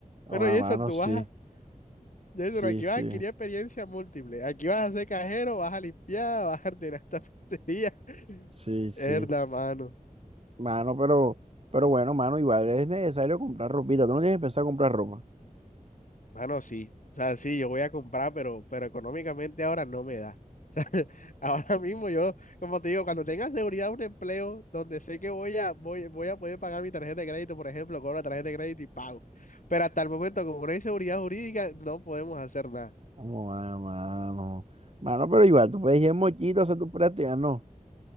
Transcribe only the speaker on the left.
Bueno,
Jason,
tú
vas a Jason,
aquí
vas a adquirir experiencia múltiple. Aquí vas a ser cajero, vas a limpiar, <laughs> vas a ordenar esta pizzería.
Herda, mano.
Mano, sí. O sea, sí, yo voy a comprar, pero, pero económicamente ahora no me da. <laughs> O sea, ahora mismo yo, como te digo, cuando tenga seguridad un empleo donde sé que voy a, voy, voy a poder pagar mi tarjeta de crédito, por ejemplo, cobro la tarjeta de crédito y pago. Pero hasta el momento, como no hay seguridad jurídica, no podemos hacer nada.